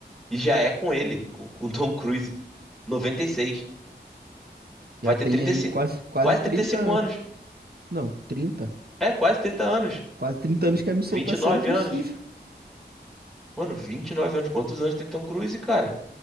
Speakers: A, in the centre; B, on the right.
A: E já é com ele, com, com Tom Cruise. noventa e seis
B: Já
A: Vai
B: tem
A: ter 35,
B: aí quase, quase
A: quase
B: 30
A: trinta e cinco
B: anos.
A: anos.
B: Não, 30.
A: É, quase 30 anos.
B: Quase 30 anos que a missão
A: vinte
B: tá
A: e
B: sendo
A: nove
B: possível.
A: anos. Mano, 29 anos. Quantos anos tem Tom Cruise, cara?